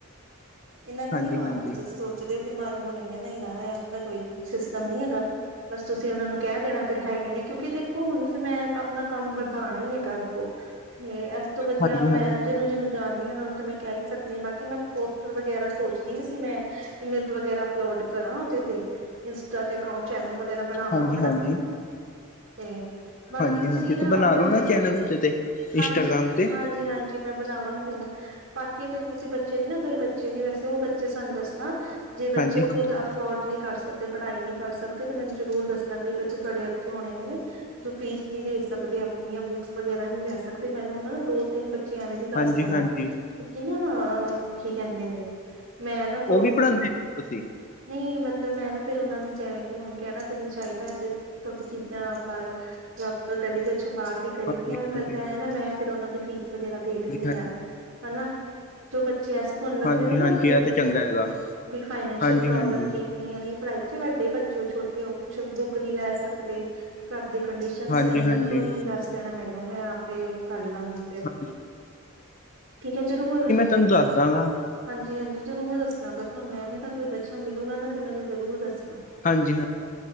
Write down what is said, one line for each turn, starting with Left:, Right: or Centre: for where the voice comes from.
Right: ਇੰਨਾ ਕੁ
Left: ਹਾਂਜੀ-ਹਾਂਜੀ
Right: ਨੀ ਮਾਰਦੇ ਤੁਸੀਂ ਸੋਚ ਸੋਚਦੇ ਹੋ ਕਿ ਮਾਰਨ ਮੂਹਰਣਗੇ ਨਹੀ ਨਾ ਐਵੇਂ ਦਾ ਕੋਈ ਸਿਸਟਮ ਨੀ ਹੈਗਾ, ਬਸ ਤੁਸੀਂ ਉਹਨਾਂ ਨੂੰ ਕਹਿ ਦੇਣਾ। ਅਗਰ ਹੈਗੇ ਨੇ, ਕਿਉਂਕਿ ਦੇਖੋ ਹੁਣ ਮੈਂ ਆਪਣਾ ਕੰਮ ਵਧਾਣਾ ਹੀ ਹੈਗਾ ਅੱਗੋਂ ਤੇ ਅ ਸਭ ਤੋਂ ਵਧੀਆ
Left: ਹਾਂਜੀ
Right: ਮੈਂ
Left: ਹਾਂਜੀ ਹਾਂ
Right: ਜਿਹਨੂੰ ਜਿਹਨੂੰ ਜਾਣਦੀ ਹਾਂ ਉਹਨਾਂ ਨੂੰ ਤਾਂ ਮੈਂ ਕਹਿ ਹੀ ਸਕਦੀ ਹਾਂ, ਬਾਕੀ ਮੈਂ ਪ ਵਗੈਰਾ ਸੋਚਦੀ ਵੀ ਸੀ ਮੈਂ, ਇਮੇਜ ਵਗੈਰਾ ਅਪਲੋਡ ਕਰਾਂ ਉਹਦੇ ਤੇ, ਇੰਸਟਾ ਤੇ ਅਕਾਊਂਟ ਚੈਨਲ ਵਗੈਰਾ ਬਣਾਵਾਂ
Left: ਹਾਂਜੀ-ਹਾਂਜੀ
Right: ਆਪਣਾ। ਤੇ ਬਾਕੀ
Left: ਹਾਂਜੀ-ਹਾਂਜੀ
Right: ਤੁਸੀਂ
Left: ਤੇ
Right: ਨਾ
Left: ਬਣਾ
Right: ਅਗਰ
Left: ਲੋ ਚੈਨਲ ਉਹਦੇ ਤੇ
Right: ਹਾਂਜੀ-ਹਾਂਜੀ-ਹਾਂਜੀ
Left: ਇੰਸਟਾਗ੍ਰਾਮ ਤੇ
Right: ਕੀ ਮੈਂ ਬਨਾਵਾਂਗੀ ਹੁਨ ਬਾਕੀ ਅਗਰ ਕਿਸੇ ਬੱਚੇ ਦੀ ਨਾ ਕਈ ਬੱਚੇ ਦੀ ਵੈਸੇ ਓ ਬੱਚੇ ਸਾਨੂੰ ਦੱਸਨਾ। ਜੇ ਬੱਚੇ
Left: ਹਾਂਜੀ
Right: ਖੁਦ ਅਫ ਅਫੌਡ ਨਈਂ ਕਰ ਸਕਦੇ ਪੜਾਈ ਨਈਂ ਕਰ ਸਕਦੇ ਤੇ ਮੈਨੂੰ ਜ਼ਰੂਰ ਦੱਸਨਾ ਕਈ ਬੱਚੇ ਤੁਆਡੇ ਐਥੇ ਹੋਨੇ ਨੇ। ਜੋ ਫੀਸ ਨੀ ਦੇ ਸਕਦੇ ਆਪਨੀਆਂ ਬੁੱਕਸ ਵਗੈਰਾ ਨੀ ਲੈ ਸਕਦੇ ਮੈਨੂੰ ਓਨਾਂ ਨੂੰ ਦੋ ਤਿੰਨ ਬੱ ਬੱਚੇ ਐਵੇਂ ਤੇ ਦੱਸ
Left: ਹਾਂਜੀ
Right: ਦੇਨਾ
Left: ਹਾਂਜੀ
Right: ਕਿਓਂਕਿ ਨਾ ਕੀ ਕੈਂਦੇ ਨੇ ਮੈਂ ਨਾ ਪਰੋ
Left: ਉਹ ਵੀ ਪੜ੍ਹਾਉਂਦੇ ਹੋ ਤੁਸੀਂ
Right: ਨਈਂ ਮਤਲਬ ਮੈਂ ਨਾ ਫਿਰ ਓਨਾਂ ਦੀ ਜਿਵੇਂ ਕੇ ਹੁਨ ਕੈਨਾ ਤੇ ਨਈ ਚਾਈਦਾ ਤੇ ਸਬ ਚੀਜ਼ਾਂ ਪਰ ਰੱਬ ਤੋਂ ਡਰੀਦਾ ਛੁਪ ਪਾ ਕੇ ਕਰੀਦੀਆਂ
Left: ਹਾਂਜੀ ਹਾਂਜੀ
Right: ਪੈਸਾ ਹੈ ਨਾ ਮੈਂ ਫਿਰ ਓਨਾਂ ਦੀ ਫੀਸ ਵਗੈਰਾ ਦੇ ਦਿੰਨੀ
Left: ਹ
Right: ਆਂ। ਹਨਾ, ਜੋ ਬੱਚੇ ਐਸੇ ਤਆਨੂੰ ਲੱਗਦੇ
Left: ਹਾਂਜੀ
Right: ਨੇ ਨਾ
Left: ਹਾਂਜੀ
Right: ਕੀ
Left: ਇਹ ਤਾਂ ਚੰਗਾ ਹੈਗਾ
Right: ਵੀ ਫਾਈਨੈਂਸ਼ੀਅਲ
Left: ਹਾਂਜੀ
Right: ਪ੍ਰੋਬਲਮ
Left: ਹਾਂਜੀ
Right: ਠੀਕ ਨੀ ਐ ਨਈਂ ਪੜਾਈ ਚ ਵੱਡੇ ਬੱਚੇ ਹੋ ਛੋਟੇ ਹੋ ਕੁਛ ਬੁੱਕ ਨੀ ਲੈ ਸਕਦੇ। ਘਰ ਦੀ ਕੰਡੀਸ਼ਨ
Left: ਹਾਂਜੀ
Right: ਸਈ
Left: ਹਾਂਜੀ
Right: ਨੀ ਕੋਈ ਨੀ ਦੱਸ ਦੇਨਾ ਮੈਨੂੰ ਮੈਂ ਆਪੇ ਕਰਲਾਂਗੀ।
Left: ਹਾਂਜੀ।
Right: ਠੀਕ ਆ ਚਲੋ ਹੋਰ
Left: ਤੁਆਨੂੰ ਦੱਸਦਾਂਗਾ।
Right: ਹਾਂਜੀ-ਹਾਂਜੀ ਜ਼ਰੂਰ ਦੱਸਨਾ ਅਗਰ ਤੁਆਨੂੰ ਐਵੇਂ ਤਾਂ ਕੋਈ ਬੱਚਾ ਮਿਲੂਗਾ ਨਾ ਤੇ ਮੈਨੂੰ ਜ਼ਰੂਰ ਦੱਸਨਾ।
Left: ਹਾਂਜੀ ਹਾਂ